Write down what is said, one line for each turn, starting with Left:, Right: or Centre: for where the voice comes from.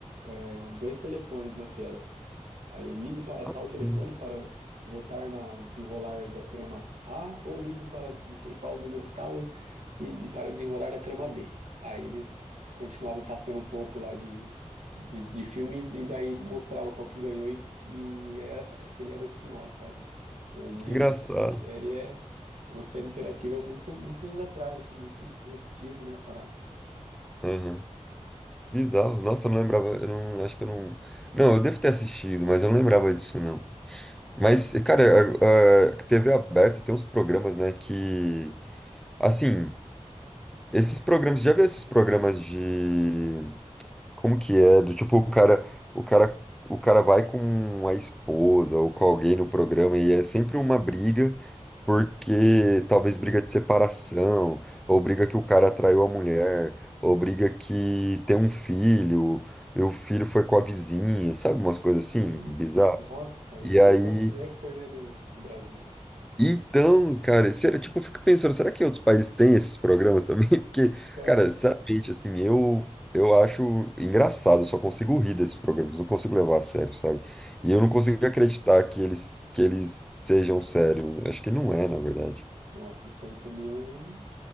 Right: é, dois telefones na tela, assim. Aí ligue para
Centre: Ah,
Right: tal telefone
Centre: Que
Right: para votar na desenrolar da trama A, ou ligue para não sei qual número tal e, e para desenrolar da trama B. Aí eles continuavam passando um pouco lá de, de, de filme e daí mostrava qual que ganhou e, e é- aquele era o final, sabe? O meio
Centre: que engraçado,
Right: do- da série é era uma série interativa muitos muitos anos atrás, assim, meio que disruptivo, né, a parada.
Centre: aham. Bizarro, nossa, eu não lembrava, eu não, acho que eu não, não, eu devo ter assistido, mas eu não lembrava disso, não. Mas, cara, a, a TV aberta tem uns programas, né, que, assim, esses programas, já viu esses programas de Como que é? Do tipo, o cara, o cara, o cara vai com a esposa ou com alguém no programa e é sempre uma briga, porque talvez briga de separação, ou briga que o cara traiu a mulher, ou briga que tem um filho, e o filho foi com a vizinha, sabe? Umas coisas assim,
Right: Sim,
Centre: bizarro.
Right: nossa, cara,
Centre: E
Right: isso
Centre: aí.
Right: aí é o néctar, né, do, do Brasil, velho.
Centre: Então, cara, sério, tipo, eu fico pensando, será que outros países têm esses programas também? <laughs> Porque,
Right: Cara,
Centre: cara, sinceramente, assim, eu eu acho engraçado, eu só consigo rir desses programas, não consigo levar a sério, sabe? E eu não consigo acreditar que eles que eles sejam sérios. Acho que não é, na verdade.
Right: nossa, isso aí também é um,